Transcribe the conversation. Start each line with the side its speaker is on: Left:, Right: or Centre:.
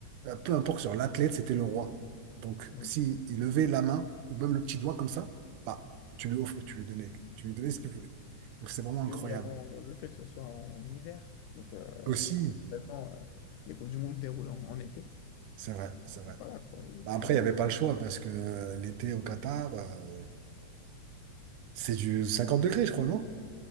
Right: euh, peu importe sur l'athlète, c'était le roi. Donc,
Left: Oui.
Right: si il levait la main ou même le petit doigt comme ça, bah, tu lui offres, tu lui donnais, tu lui donnais ce qu'il voulait. Donc, c'est vraiment
Left: Et puis
Right: incroyable.
Left: également euh, le fait que ce soit en hiver. Donc, euh,
Right: Aussi,
Left: habituellement, euh, les Coupes du Monde se déroulent en, en été.
Right: c'est vrai, c'est vrai.
Left: Voilà, quoi. Et
Right: Bah,
Left: puis,
Right: après, il n'y avait pas le choix parce que euh, l'été au Qatar, euh, c'est du 50 degrés, je crois, non?